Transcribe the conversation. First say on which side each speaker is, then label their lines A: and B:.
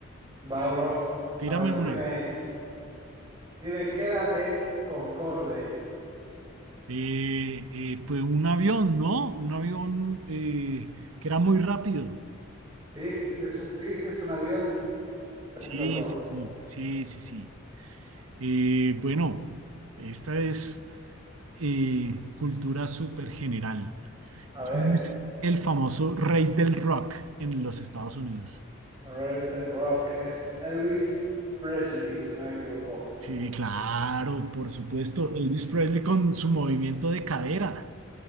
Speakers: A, on the right (about 20°); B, on the right (about 80°).
A: Va, bro.
B: Tírame
A: A ver,
B: una.
A: dime, dime, ¿qué era el Concorde?
B: Eh, eh, fue un avión, ¿no? Un avión eh, que era muy rápido.
A: Sí, es es un, sí, es un avión. Exacto,
B: Sí,
A: bro.
B: sí, sí, sí, sí, sí. Eh, bueno, esta es eh, cultura súper general.
A: A ver,
B: ¿Quién es el famoso rey del rock en los Estados Unidos?
A: Red the Rock es Elvis Presley, si no me equivoco.
B: Sí, claro, por supuesto. Elvis Presley con su movimiento de cadera.